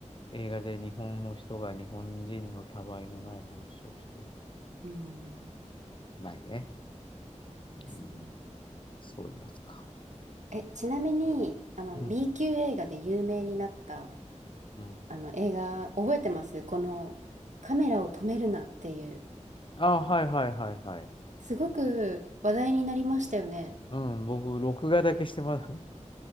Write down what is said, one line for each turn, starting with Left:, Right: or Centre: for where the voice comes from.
Left: 映画で日本の人が日本人のたわいのない話をして。
Right: うん。
Left: ないね。
Right: ですね。
Left: うん。そういうやつか。
Right: え、ちなみに、あの、
Left: うん。
Right: B 級映画で有名になった
Left: うん。
Right: あの映画覚えてますこのカメラを止めるなっていう。
Left: あ、はいはいはいはい。
Right: すごく話題になりましたよね。
Left: うん、僕、録画だけしてます